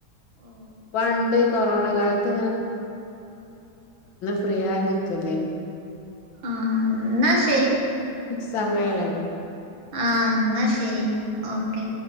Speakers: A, on the right; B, on the left.
A: ഓ
B: പണ്ട് കൊറോണ കാലത്ത് ഫ്രിയായ് നിക്കല്ലേ.
A: ആഹ് എന്ന ശ
B: സമയമായല്ലോ
A: ആഹ് എന്നാ ശെരി ഓക്കെ.